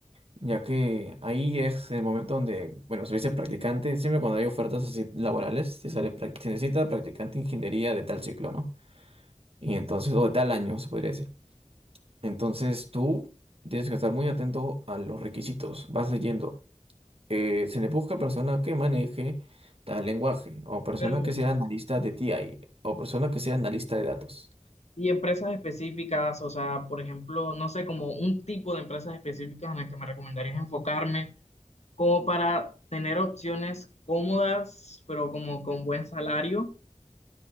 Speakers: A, on the right; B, on the left.
A: ya que ahí es el momento donde, bueno, se dice practicante, siempre cuando hay ofertas así laborales, te sale, prac- se necesita practicante de ingeniería de tal ciclo, ¿no? Y entonces, o de tal año, se podría decir. Entonces tú tienes que estar muy atento a los requisitos, vas leyendo. eh, se le busca persona que maneje tal lenguaje, o persona
B: Pero
A: que sea analista de T I o persona que sea analista de datos.
B: Y empresas específicas, o sea, por ejemplo, no sé, como un tipo de empresas específicas en las que me recomendarías enfocarme, como para tener opciones cómodas, pero como con buen salario.